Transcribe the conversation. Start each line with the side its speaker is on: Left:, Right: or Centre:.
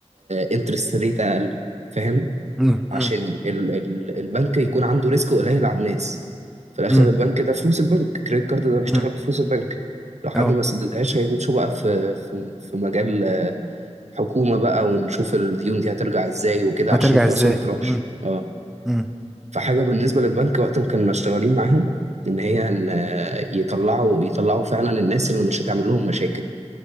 Right: انترست ريت اقل فاهم
Centre: امم
Right: عشان
Centre: امم
Right: ال ال البنك يكون عنده ريسك قليل على الناس في الاخر
Centre: امم
Right: البنك ده فلوس البنك كريدت كارد ده بيشتغل
Centre: امم
Right: بفلوس البنك لو حد
Centre: اه
Right: ما سددهاش هيمشوا بقى في في في مجال حكومة بقى ونشوف الديون دي هترجع ازاي وكده
Centre: هترجع
Right: عشان فلوسهم
Centre: ازاي؟
Right: ما تروحش
Centre: امم
Right: اه
Centre: امم
Right: فحاجة بالنسبة للبنك وقت ما كنا شغالين معاهم ان هي ان آه، يطلعوا يطلعوا فعلا الناس اللي مش هتعمل لهم مشاكل